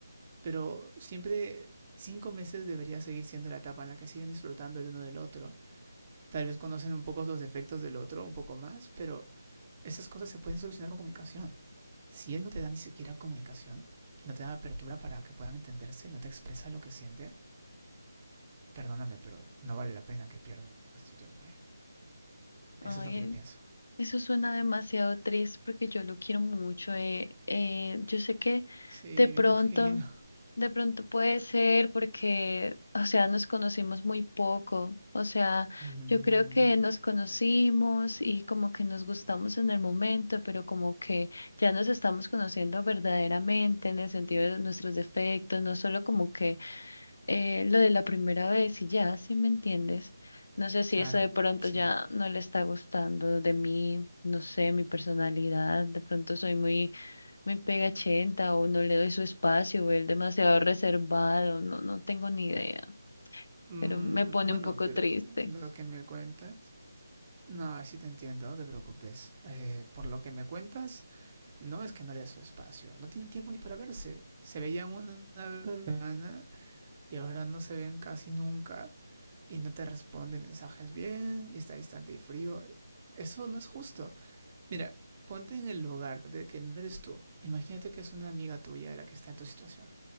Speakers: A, on the right; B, on the left.
A: Pero siempre cinco meses debería seguir siendo la etapa en la que siguen disfrutando el uno del otro. Tal vez conocen un poco los defectos del otro, un poco más, pero esas cosas se pueden solucionar con comunicación. Si él no te da ni siquiera comunicación y no te da apertura para que puedan entenderse y no te expresa lo que siente, perdóname, pero no vale la pena que pierdas tu tiempo ahí.
B: Ay,
A: Eso es lo que yo pienso.
B: eso suena demasiado triste porque yo lo quiero mucho. Eh, eh, yo sé que
A: Sí,
B: de pronto
A: me imagino.
B: De pronto puede ser porque, o sea, nos conocimos muy poco. O sea,
A: <laughs> Mm.
B: yo creo que nos conocimos y como que nos gustamos en el momento, pero como que ya nos estamos conociendo verdaderamente en el sentido de nuestros defectos, no solo como que eh, lo de la primera vez y ya, si me entiendes? No sé si
A: Claro,
B: eso de pronto
A: sí.
B: ya no le está gustando de mí, no sé, mi personalidad, de pronto soy muy me pega chenta o no le doy su espacio o él demasiado reservado, no, no tengo ni idea,
A: Mm,
B: pero me pone
A: bueno,
B: un poco
A: pero
B: triste.
A: lo que me cuentas... No, sí te entiendo, no te preocupes. Eh, por lo que me cuentas, no es que no le dé su espacio. No tienen tiempo ni para verse. Se veían una vez a la semana y ahora no se ven casi nunca y no te responde mensajes bien y está distante y frío. Eso no es justo. Mira, ponte en el lugar de que no eres tú. Imagínate que es una amiga tuya la que está en tu situación.